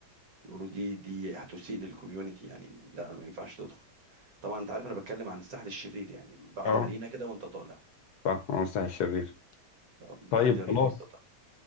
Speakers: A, on the right (about 60°); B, on the left (about 70°).
A: يقولوا دي دي هتسيء للكوميونتي يعني لا ما ينفعش تدخل طبعا انت عارف انا بتكلم عن الساحل الشرير يعني بعد
B: اه
A: مارينا كده وانت طالع
B: صح عمر الساحل الشرير
A: بعد
B: طيب
A: مارينا
B: خلاص
A: وانت طالع